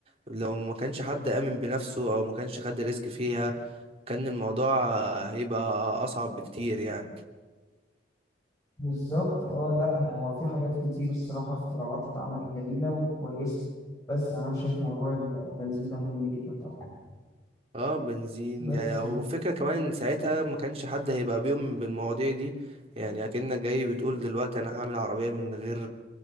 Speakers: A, on the right; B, on the left.
A: لو ما كانش حد آمن بنفسه او ما كانش خد الريسك فيها كان الموضوع هيبقى اصعب بكتير يعني
B: بالظبط اه لا هو في حاجات كتير الصراحة اختراعات اتعملت جميلة وكويسة بس أنا شايف موضوع البنزين ده مهم جدا طبعا
A: اه بنزين
B: بس
A: يعني وفكرة
B: <laughs>
A: كمان ان ساعتها ما كانش حد هيبقى بيؤمن بالمواضيع دي يعني اكنك جاي بتقول دلوقتي انا هعمل عربية من غير